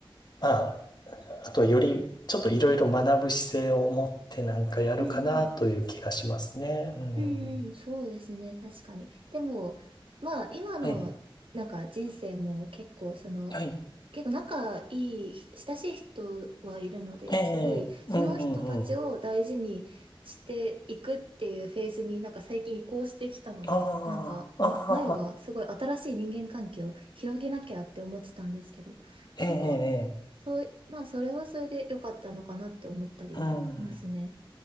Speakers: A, on the left (about 50°); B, on the right (about 70°).
A: まあと、より、ちょっといろいろ学ぶ姿勢を持ってなんかやるかなという気がしますね。
B: うんうん
A: うん。
B: うんうん、そうですね、確かに。でも、まあ、今の、
A: はい。
B: なんか人生も結構、その、
A: はい。
B: 結構仲いい、親しい人はいるので、
A: ええ、
B: すごい、その人たちを大事にしていくっていうフェーズになんか最近移行してきたので、
A: うんうんうん。あ
B: なんか、
A: あ、
B: む前はすごい新しい人間関係を広げなきゃって思ってたんですけど、
A: あはは。ええ、
B: なんか、
A: ええ
B: そうい、まあ、それはそれで良かったのかなって思ったりもしますね。
A: うん。